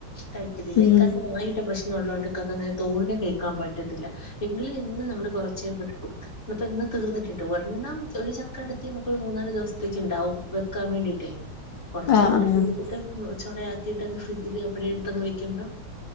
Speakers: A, on the left (about 40°); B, on the left (about 90°).
A: കഴിക്കിന്നില്ല.
B: ഉം
A: വാഴുന്റെ പ്രശ്നം ഉള്ളോണ്ട് ഇക്കാക്കങ്ങനെ തോനെ കഴിക്കാൻ പറ്റത്തില്ല. എങ്കിലും എന്നും ഞങ്ങങ്ങള് കുറച്ച് ഇപ്പ ഇന്ന് തീർന്നിട്ടുണ്ട്. ഒരെണ്ണം ഒരു ചക്ക അടത്തി നമുക്ക് ഒരു മൂന്നാല് ദിവസത്തേക്ക് ഉണ്ടാവും വെ ക്കാൻ വേണ്ടിട്ടേ കൊറച്ച്
B: ആഹ് ആഹ്
A: കൊറച്ച് എടുത്തിട്ട് ചൊളയാക്കിട്ടങ്ങ് ഫ്രിഡ്ജിൽ അപ്പഴേ എടുത്തങ് വെയ്ക്കുമ്പം